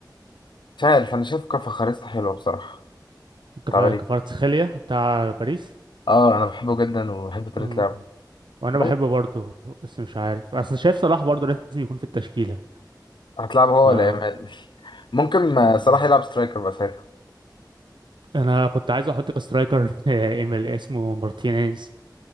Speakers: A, on the left; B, on the right.
A: مش عارف انا شايف كفخاريستا حلوه بصراحه
B: كفا-
A: بتاع باريس
B: كفاراتسخيليا بتاع باريس
A: اه انا بحبه جدا وبحب طريقه
B: امم
A: لعبه
B: وانا بحبه
A: مم-
B: برضه بس مش عارف اصل شايف صلاح برضه لازم يكون في التشكيله
A: هتلعبه هو
B: ف
A: ولا يامال <laughs> ممكن
B: <laughs>
A: آه، صلاح يلعب سترايكر بقى ساعتها
B: انا كنت عايز احط كسترايكر <laughs> ايميل اسمه مارتينيز